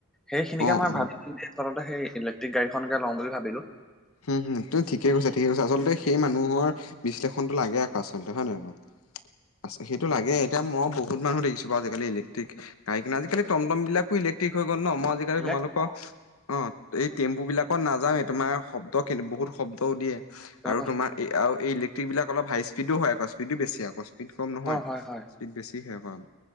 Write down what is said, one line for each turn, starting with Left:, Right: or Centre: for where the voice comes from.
Centre: সেইখিনিকে
Left: অ
Centre: মই
Left: অ
Centre: ভাবি চিন্টি আচলতে সেই ইলেক্ট্ৰিক গাড়ীখনকে লম বুলি ভাবিলো
Left: হুম হুম, তুমি ঠিকে কৈছা ঠিকে কৈছা আচলতে সেই মানুহৰ বিশ্লেষণটো লাগে আক আচলতে হয় নাই বাৰু, আচ সেইটো লাগে এতিয়া মই বহুত মানুহ দেখিছো বাৰু আজিকালি ইলেক্ট্ৰিক গাড়ী কিনা আজিকালি টম টম বিলাকো ইলেক্ট্ৰিক হৈ গ'ল ন, মই আজি গাড়ী
Centre: ইলেক্ট্ৰিক
Left: তোমালোকৰ অ এই টেম্পু বিলাকত নাযাওৱে তোমাৰ শব ত কিন্তু বহুত শব্দও দিয়ে
Centre: অ
Left: আৰু তোমাৰ এই আৰু এই ইলেক্ট্ৰিক বিলাক অলপ হাই স্পীডো হয় আকৌ স্পীডো বেছি আকৌ স্পীড কম নহয়
Centre: হয় হয়
Left: স্পীড বেছি হে অকন